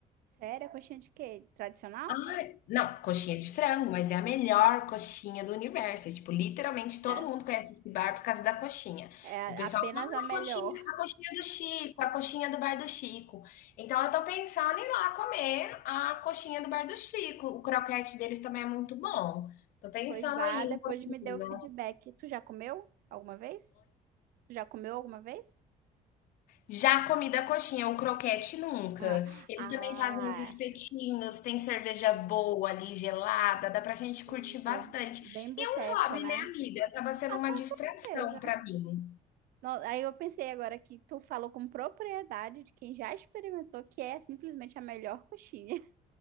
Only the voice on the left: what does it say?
Ai, não, coxinha de frango, mas é a melhor coxinha do universo. É, tipo, literalmente todo
mundo conhece esse bar por causa da coxinha.
O pessoal
fala, ah,
a coxinha, a coxinha do Chico, a coxinha do bar do Chico. Então eu tô pensando em ir lá comer a coxinha do bar do Chico. O croquete deles também é muito bom. Tô pensando
aí
um pouquinho.
Já a comida coxinha, o croquete nunca.
Eles
também fazem os espetinhos, tem cerveja boa ali, gelada, dá pra gente curtir
bastante.
E é um hobby,
né, amiga? Acaba sendo
uma
distração
pra mim.